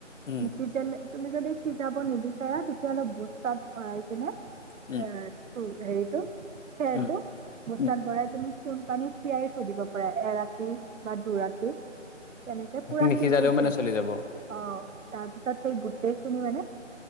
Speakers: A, on the left; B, on the right.
A: উম
B: নিসিজালে তুমি যদি সিজাব নিবিচাৰা তেতিয়াহলে বহু বস্তাত ভৰাই কিনে
A: উম
B: এ চ হেৰিটো সেটো
A: উম
B: বস্তাত
A: উম
B: ভৰাই তুমি চূণ পানীত তিয়াই থৈ দিব পাৰা এৰাতি বা দুৰাতি তেনেকে পুৰা
A: নিসিজালেও
B: সিজি যোৱা
A: মানে চলি যাব
B: অ তাৰ পিছত সেই গোটেইখিনি মানে